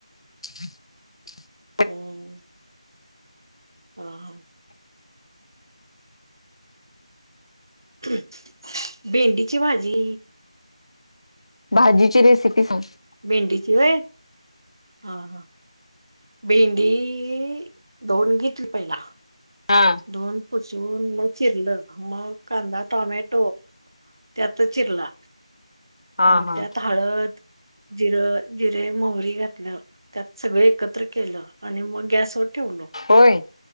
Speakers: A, on the left; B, on the right.
A: <unintelligible> <inaudible>
B: हम. हा हा. ह्म, भेंडीची भाजी
A: भाजीची रेसिपी सांग.
B: भिंडीची व्हय? हा हा. भेंडीई ई धुऊन घेतली पहिला
A: हा.
B: धुवून पुसून, मग चिरलं, मग कांदा टोमॅटो त्यात चिरला
A: हा
B: मग
A: हा
B: त्यात हळद, जिरं-जिरे, मोहरी घातलं. त्यात सगळं एकत्र केलं आणि मग गॅसवर ठेवलो.
A: होय